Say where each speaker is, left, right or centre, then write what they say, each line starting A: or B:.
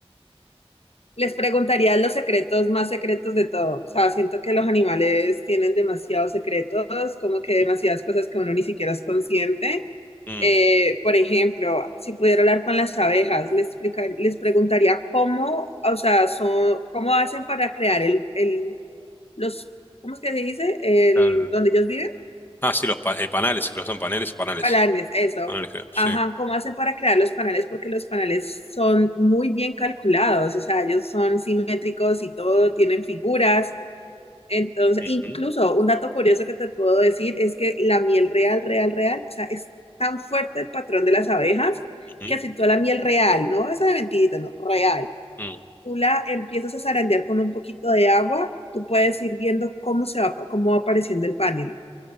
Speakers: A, on the left; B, on the left.
A: les preguntaría los secretos más secretos de todo. O sea, siento que los animales tienen demasiados secretos, como que
B: Ujú.
A: demasiadas cosas que uno ni siquiera es consciente.
B: Mm,
A: Eh, por ejemplo, si pudiera hablar con las abejas, les explicar- les preguntaría cómo, o sea, son, cómo hacen para crear el, el, los, ¿cómo es que se dice? El,
B: tal-
A: donde ellos viven,
B: Ah, sí, los pa- eh, panales, creo que son paneles, panales.
A: palanes, eso.
B: Panales, creo, sí.
A: Ajá, ¿cómo hacen para crear los panales? Porque los panales son muy bien calculados, o sea, ellos son simétricos y todo, tienen figuras. Entonces,
B: Ujú,
A: incluso un dato curioso que te puedo decir es que la miel real, real, real, o sea, es tan fuerte el patrón de las abejas
B: ujú,
A: que si tú a la miel real, no esa de mentirita, no, real,
B: mm.
A: tú la empiezas a zarandear con un poquito de agua, tú puedes ir viendo cómo se va, cómo va apareciendo el panel,